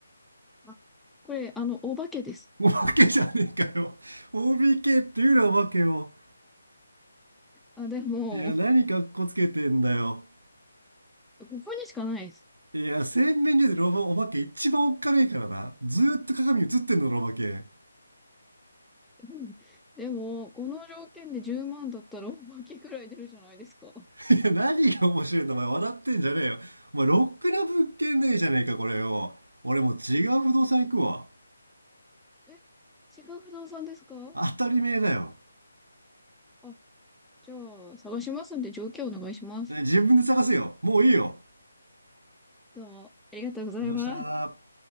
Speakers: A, in the centre; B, on the right.
A: あ、これ、あの、お化けです。
B: お化けじゃねえかよ OBK っていうなお化けを
A: あ、でも、
B: いや何かっこつけてんだよ
A: ここにしかないです。
B: いや洗面所でロボお化け一番おっかねえからなずーっと鏡映ってんのロお化け
A: うんでも、この条件で10万だったらお化けくらい出るじゃないですか。
B: いや何が面白いんだお前笑ってんじゃねえよお前ロックな物件ねえじゃねえかこれよ俺もう違う不動産行くわ
A: え、違う不動産ですか
B: 当たり前だよ
A: あ、じゃあ、探しますんで条件お願いします。
B: ね自分で探せよもういいよ
A: どうも、ありがとうございます。
B: ありがとうございました